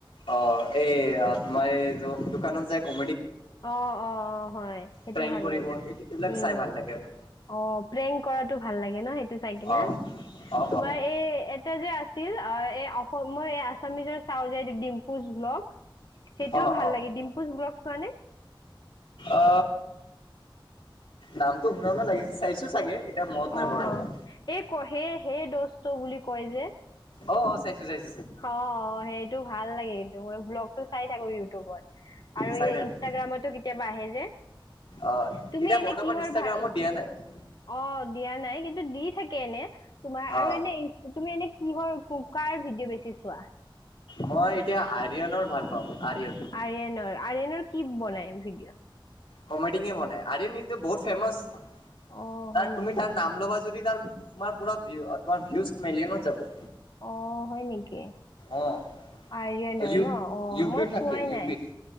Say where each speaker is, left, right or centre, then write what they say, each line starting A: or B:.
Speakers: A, on the left (about 85°); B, on the left (about 50°).
A: অ এই তোমাৰ এই তো দোকানত যে -
B: অ অ অ হয় সেইটো
A: প্ৰেং
B: ভাল
A: কৰিব
B: লাগে
A: এইবিলাক
B: উম-
A: চাই ভাল লাগে আৰু
B: অ প্ৰেং কৰাটো ভাল লাগে ন সেইটো চাই কি না-
A: অ অ
B: তোমাৰ এই এটা যে আছিল- অ এই মই এই আছামিজৰ চাওঁ যে ডিম্পুজ বক- সেইটোও
A: অ অ
B: ভাল
A: অ
B: লাগে ডিম্পুজ ভ্লক চোৱা নে-
A: অ নামটো শুনও ন লাগিছে চাইছো চাগে! এতিয়া মনত নাই
B: অ
A: বৰ্তমান
B: এই ক সেই সেই দস্ত বুলি কয় যে-
A: অ চাইছোঁ চাইছোঁ -
B: অ সেইটো ভাল লাগে কিন্তু মই ভ্লগটো চাই থাকো ইউটিউবত- আৰু
A: চাই
B: এই
A: থাকো
B: ইনষ্টাগ্ৰামতো কেতিয়াবা আহে যে-
A: অ
B: তুমি
A: এতিয়া
B: এনে
A: বৰ্তমান
B: কিহৰ
A: ইনষ্টাগ্ৰামত
B: ভাল
A: দিয়া নাই-
B: অ দিয়া নাই কিন্তু দি থাকে এনে- তোমাৰ
A: অ
B: আৰু এনে তুমি এনে কিহৰ ক কাৰ ভিডিঅ' বেছি চোৱা-
A: মই এতিয়া আইৰিয়নৰ ভাল পাওঁ- আৰ্যন
B: আৰিয়ানৰ আৰিয়নৰ কি বনাই ভিডিঅ-
A: কমেডিং বনাই আৰে ন বহুত ফেমাচ-
B: অ
A: তাৰ
B: হয় নেকি
A: তুমি তাৰ নাম ল'বা যদি তাৰ তাৰ পৰা তোমাৰ ভিৱাচ মিলিয়নত যাব-
B: অ হয় নেকি-
A: অ-
B: আৰিয়নৰ
A: ইউ
B: ন অ
A: ইউ
B: মই
A: পিও থাকে
B: চোৱাই নাই-
A: ইউ পিত